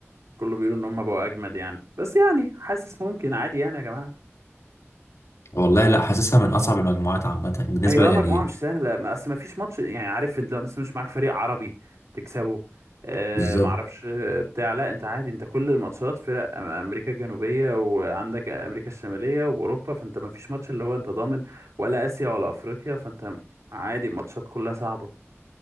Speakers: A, on the right (about 80°); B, on the left (about 80°).
A: كله بيقولوا ان هم بقوا اجمد يعني بس يعني حاسس ممكن عادي يعني يا جماعه
B: والله لا حاسسها من اصعب المجموعات عامه بالنسبه
A: هي اه طيب
B: يعني
A: مجموعه مش سهله ما اصل ما فيش ماتش يعني عارف انت لو مثلا مش معاك فريق عربي تكسبه آه
B: بالظبط
A: ما بالظبط اعرفش آه، بتاع لا انت عادي انت كل الماتشات فرق أم- امريكا الجنوبيه وعندك امريكا الشماليه واوروبا فانت ما فيش ماتش اللي هو انت ضامن ولا اسيا ولا افريقيا فانت عادي الماتشات كلها صعبه